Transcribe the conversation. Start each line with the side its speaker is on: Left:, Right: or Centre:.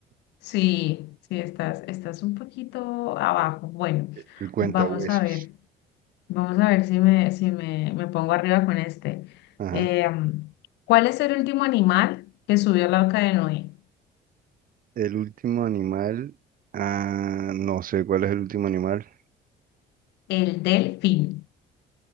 Left: Sí, sí, estás, estás un poquito abajo. Bueno,
Right: El cuentahuesos.
Left: vamos a ver, vamos a ver si me, si me, me pongo arriba con este.
Right: Ajá.
Left: Em, ¿cuál es el último animal que subió al arca de Noé?
Right: El último animal. Ah, no sé cuál es el último animal.
Left: El delfín.